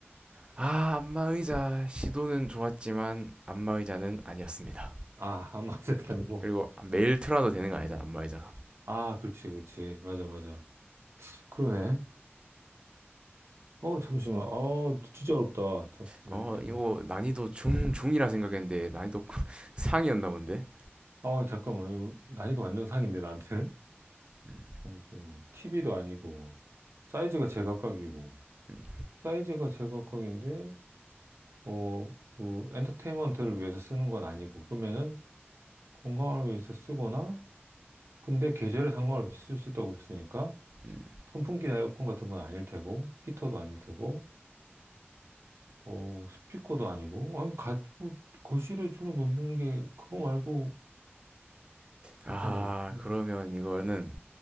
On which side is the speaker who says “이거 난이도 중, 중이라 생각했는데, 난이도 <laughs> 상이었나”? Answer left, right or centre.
Right